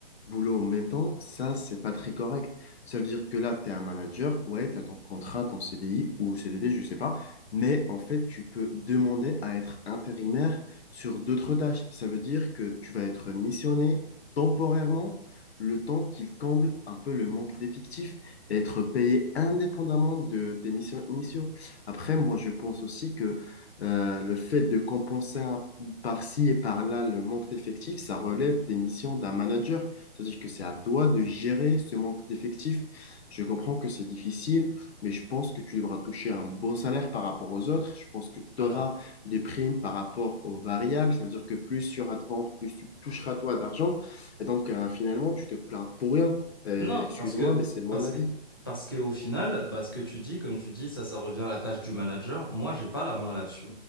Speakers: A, on the left (about 85°); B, on the left (about 25°).
A: boulot en même temps, ça, c'est pas très correct. Ça veut dire que là, tu es un manager, ouais, tu as ton contrat, ton CDI ou CDD, je sais pas, mais en fait, tu peux demander à être intérimaire sur d'autres tâches. Ça veut dire que tu vas être missionné temporairement le temps qu'il comble un peu le manque d'effectifs, et être payé indépendamment de tes missions initiaux. Après, moi, je pense aussi que euh, le fait de compenser un- par-ci et par-là le manque d'effectifs, ça relève des missions d'un manager. C'est-à-dire que c'est à toi de gérer ce manque d'effectifs. Je comprends que c'est difficile, mais je pense que tu devras toucher un bon salaire par rapport aux autres. Je pense que tu
B: Alors.
A: auras des primes par rapport aux variables. Ça veut dire que plus il y aura de ventes, plus tu toucheras toi d'argent. Et donc, euh, finalement, tu te plains pour rien. Euh,
B: Non,
A: excuse-moi,
B: parce que,
A: mais c'est mon
B: parce
A: avis.
B: que, parce que au final, bah, ce que tu dis, comme tu dis, ça, ça revient à la tâche du manager. Moi, j'ai pas la main là-dessus.